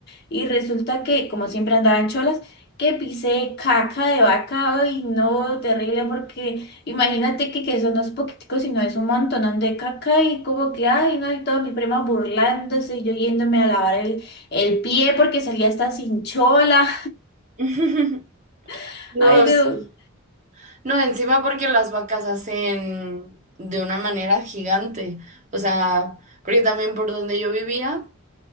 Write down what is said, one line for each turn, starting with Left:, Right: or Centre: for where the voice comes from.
Left: y resulta que, como siempre andaba en cholas, que pisé caca de vaca y no, terrible porque imagínate que, que eso no es poquitico, sino es un montón de caca y como que, ay, no, y todos mis primas burlándose y yo yéndome a lavar el, el pie porque salía hasta sin chola.
Right: <laughs>
Left: <laughs>
Right: No,
Left: Ay, no.
Right: sí. No, encima porque las vacas hacen de una manera gigante. O sea, porque también por donde yo vivía,